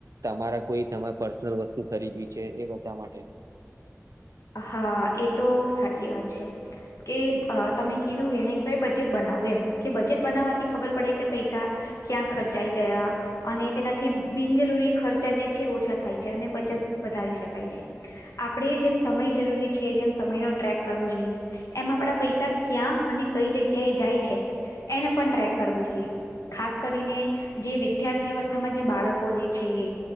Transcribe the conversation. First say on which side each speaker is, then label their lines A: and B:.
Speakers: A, on the right; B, on the left.
A: તમારા કોઈ તમારે પર્સનલ વસ્તુ ખરીદવી છે એ બધા માટે
B: હા એ તો સાચી વાત છે કે તમે કીધું એને ક ભય બજેટ બનાવવું એમ કે બજેટ બનાવવાથી ખબર પડે કે પૈસા ક્યાં ખર્ચાઈ ગયા અને તેનાથી બિનજરૂરી ખર્ચા જે છે ઓછા થાય છે અને બચત વધારી શકાય છે આપણેે જેમ સમય જરૂરી છે જેમ સમયનો ટ્રેક કરવો જોઈએ એમાં આપડા પૈસા ક્યાં અને કઈ જગ્યા એ જાય છે એને પણ ટ્રેક કરવું જોઈએ ખાસ કરીને જે વિદ્યાર્થી અવસ્થામાં જે બાળકો જે છે એ